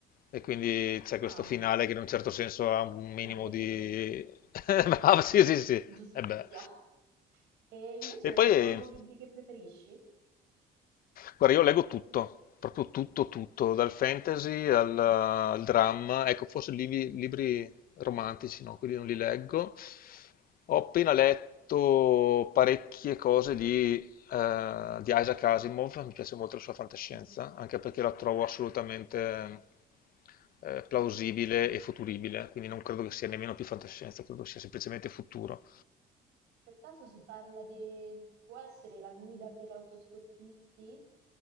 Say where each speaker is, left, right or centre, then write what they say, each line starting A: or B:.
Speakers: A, on the left; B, on the right.
A: E quindi c'è
B: ah,
A: questo finale che in un certo senso ha un minimo
B: vendicativo,
A: di... <laughs> Bravo, sì, sì, sì. E
B: giustizia.
A: beh.
B: E invece
A: E poi,
B: ci
A: eh,
B: sono dei libri che preferisci?
A: guarda, io leggo tutto, proprio tutto, tutto, dal fantasy al, al dramma, ecco, forse libri, libri romantici, no, quelli non li leggo. Ho appena letto parecchie cose di eh, di Isaac Asimov, mi piace molto la sua fantascienza,
B: Mhm.
A: anche perché la trovo assolutamente eh, plausibile e futuribile, quindi non credo che sia nemmeno più fantascienza, credo sia semplicemente futuro.
B: Per caso si parla di... può essere la guida per autostoppisti?